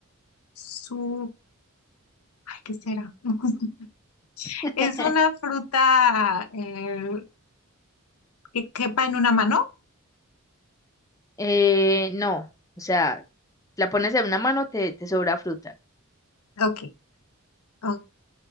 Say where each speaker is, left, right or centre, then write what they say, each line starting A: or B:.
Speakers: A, on the left; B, on the left.
A: Su... Ay, ¿qué será? <laughs>
B: <laughs>
A: Es una fruta eh, que quepa en una mano.
B: Eh, no. O sea, la pones en una mano, te, te sobra fruta.
A: Ok, ok.